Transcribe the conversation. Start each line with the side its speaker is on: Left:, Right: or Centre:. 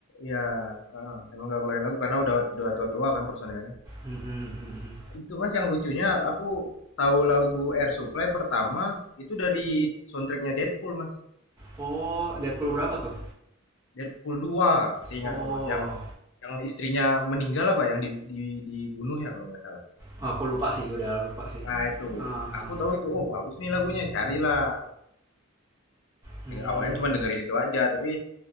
Left: ya eh, emang enggak ngeluarin lagu karena udah udah tua-tua kan personilnya
Right: Mm-mm, mm-mm.
Left: itu mas yang lucunya aku tahu lagu Air Supply pertama itu dari soundtracknya Deadpool mas
Right: Oh, Deadpool berapa tuh?
Left: Deadpool dua seingatku
Right: Oh,
Left: mas yang yang istrinya meninggal apa yang di, di, dibunuh ya kalau nggak salah
Right: aku lupa sih, udah lupa sih.
Left: nah itu
Right: Ah, ah.
Left: aku tahu itu oh bagus nih lagunya carilah
Right: Hmm.
Left: awalnya cuma dengerin itu aja tapi